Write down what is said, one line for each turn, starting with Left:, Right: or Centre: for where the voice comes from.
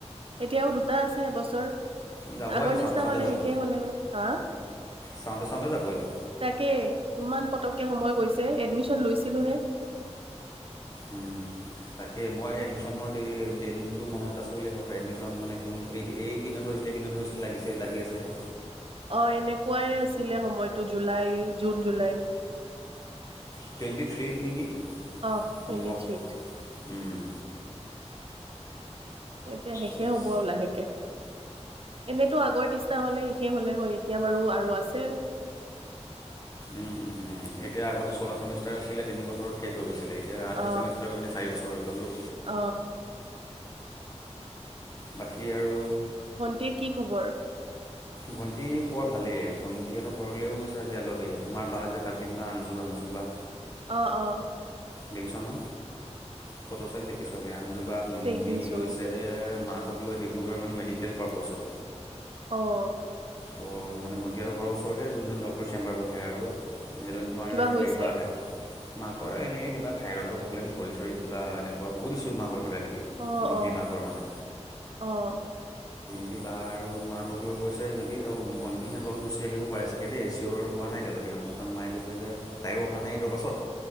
Right: এতিয়াও দুটা আছে এবছৰ
Left: যাবই
Right: আগৰ নিচিনা
Left: চাওঁতে চাওঁতে
Right: হলে
Left: যাব
Right: শেষেই হলে হয়, হা,
Left: চাওঁতে চাওঁতে যাব এইটো
Right: তাকে ইমান পতককে সময় গৈছে এডমিশন লৈছিলোহে
Left: উম তাকেই মই এডমিশ্যনৰ দি দিনটো মনত আছে বুলিয়ে ক'ব পা, এডমিশ্যন মানে কোন এই এই কিদিনত হৈছিলে এই কিদিনত হৈছিলে লাগিছে লাগি আছেহে
Right: অঁ এনেকুৱাই আছিলে সময়টো জুলাই জুন জুলাই
Left: টুৱেণ্টি থ্ৰীত নেকি,
Right: অ
Left: সম্ভৱ
Right: টুৱেণ্টি থ্ৰীত
Left: উম
Right: এতিয়া শেষে
Left: য়েছ
Right: হব আৰু লাহেকে এনেতো আগৰ নিচিনা হলে শেষে হলে হয় এতিয়া বাৰু আৰু আছে
Left: উম উম উম এতিয়া আগতে ছটা চেমিষ্টাৰ আছিলে তিনি বছৰত শেষ হৈ গৈছিলে এয়া এতিয়া আঠটা
Right: অ
Left: চেমিষ্টাৰ গৈ পিনি চাৰি বছৰ হৈ গ'লতো
Right: অ
Left: বাকী আৰু
Right: ভণ্টিৰ কি খবৰ
Left: ভণ্টিৰ খবৰ ভালেই, ভণ্টিহঁতৰ ঘৰলৈও গৈছে আজি আলহী আমাৰ বা যে কাজিন বা আঞ্জো আঞ্জো বা
Right: অঁ অঁ
Left: বেগিচনা ফটো চালে দেখিবি <unintelligible> ভিন্দি
Right: দেখিছো
Left: গৈছেহে মাত <unintelligible> লৈ ডিব্ৰুগড় মানে মেডিকেল পাৰ্পছত
Right: অঁ
Left: ত' মানে ভণ্টিাহঁতৰ ঘৰৰ ওচৰতে যোনজন ডক্টৰৰ চেম্বাৰ বহে আৰু সেইজন তোমাৰ
Right: কিবা হৈছে
Left: হেৰিৰ পৰা আহে মাকৰ এনেকৈ কিবা থাইৰইডৰ প্ৰব্লেম ভৰি চৰি কিবা এনেুৱা বহুত ইছু মাকৰ কিবা কিবি
Right: অঁ
Left: ভিন্দি
Right: অঁ
Left: মাকৰ মানে কিবা আৰু মাকক লৈ গৈছে সিহঁতি ত', ভন সি সিহঁতৰ লগত গুচি আহিব পাৰে চাগে দেই। চিয়ৰ হোৱা নাই এতিয়ালৈকে। কাৰণ মায়ে কৈছিলে যে তাইয়ো অহা নাই ঈদৰ পাছত